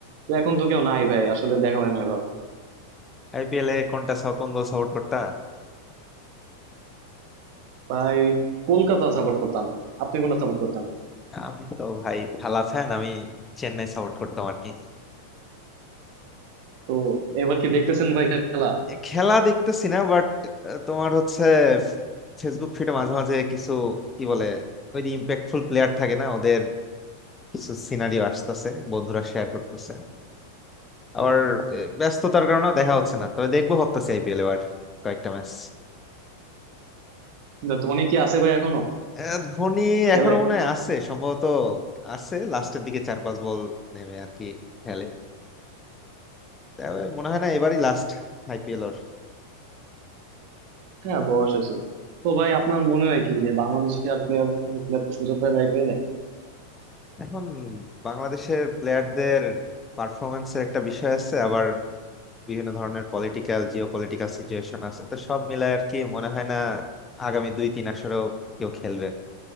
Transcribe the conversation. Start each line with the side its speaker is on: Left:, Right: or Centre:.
Right: তো এখন তো কেউ নাই ভাই আসলে দেখা হয় না এভাবে
Left: আইপিএল এ কোনটা স- কোন দল সাপোর্ট করতা
Right: ভাই কলকাতা সাপোর্ট করতাম আপনি কোনটা সাপোর্ট করতেন
Left: আমি তো ভাই থালা ফ্যান আমি চেন্নাই সাপোর্ট করতাম আর কি
Right: তো এবার কি দেখতেছেন ভাই খেলা
Left: খেলা দেখতেছি না বাট তোমার হচ্ছে ফেসবুক ফিডে মাঝে মাঝে কিছু কি বলে ওই যে ইম্প্যাক্টফুল প্লেয়ার থাকে না ওদের কিছু সিনারিও আসতেছে বন্ধুরা শেয়ার করতেছে আবার আহ, ব্যস্ততার কারণে দেখা হচ্ছে না তবে দেখবো ভাবতেছি আইপিএল এবার কয়েকটা ম্যাচ
Right: না, ধোনি কি আছে ভাই এখনো
Left: আহ, ধোনি
Right: খেলে
Left: এখনো মনে হয় আছে সম্ভবত আছে লাস্টের দিকে চার পাঁচ বল নেমে আর কি খেলে তবে মনে হয় না এবারই লাস্ট আইপিএল ওর
Right: হ্যাঁ বয়স হয়েছে তো তো ভাই আপনার মনে হয় কি যে বাংলাদেশে আর প্লেয়ার কোন প্লেয়ারকে সুযোগ পায় আইপিএলে
Left: এখন বাংলাদেশের প্লেয়ারদের পারফরমেন্সের একটা বিষয় আছে আবার বিভিন্ন ধরনের পলিটিক্যাল জিও পলিটিক্যাল সিচুয়েশন আছে তো সব মিলায় আর কি মনে হয় না আগামী দুই তিন আসরেও কেউ খেলবে